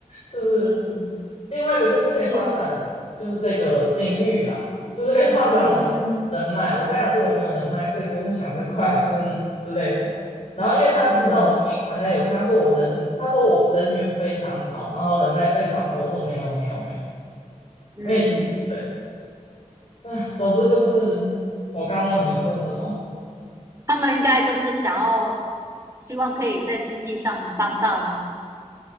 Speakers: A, on the left; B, on the right.
A: 就是
B: 嗯，
A: 另外一个就是可以发展，
B: 是，
A: 就是这个领域啦，就是可以发展我的人脉。
B: 嗯
A: 我刚才讲说我没有人脉，所以不用想这块，就是之类的。然后因为他知道我的名盘，
B: 嗯
A: 他有看，他说我人，他说我人缘非常好，然后人脉非常高。我说没有没有没有，
B: 嗯，
A: 因为其实对，唉，总之就是我刚刚问你问什么，
B: 他们应该就是想要，希望可以在经济上帮到你。